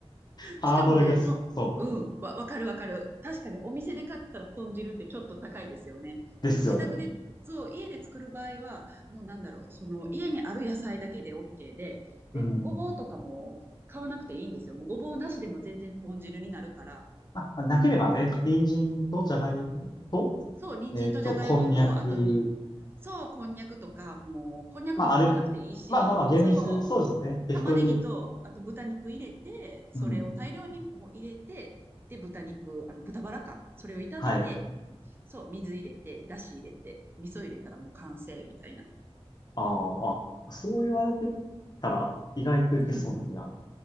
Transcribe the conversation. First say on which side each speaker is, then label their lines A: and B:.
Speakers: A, on the left; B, on the right.
A: ハードルがす、
B: しかもね、と、
A: そう。
B: うん、わ、わかるわかる。確かにお店で買ったら豚汁ってちょっと高いですよね。
A: ですよね。
B: でも自宅で、そう、家で作る場合は、もうなんだろう、その家にある野菜だけで OK で、で、
A: うん。
B: もうごぼうとかも買わなくていいんですよ。もうごぼうなしでも全然豚汁になるから。
A: まあ、なければね、人参とじゃがいもと、
B: そう、そう、人参とじゃがいもと、
A: えっと、こんにゃく。
B: あと、そう、こんにゃくとか、もう、こんにゃくも買わなくていいし、
A: まあ、あれ、まあまあまあ、厳密、
B: そう
A: そうですよね。適当に。
B: 玉ねぎと、あと豚肉入れて、それを大量にもう入れて、
A: うん。
B: で、豚肉、あの、豚バラか。それを炒めて、
A: はい。
B: そう、水入れて、だし入れて、味噌入れたらもう完成みたいな。
A: あーあ、そう言われてみたら、意外といけそうな気が。
B: うん。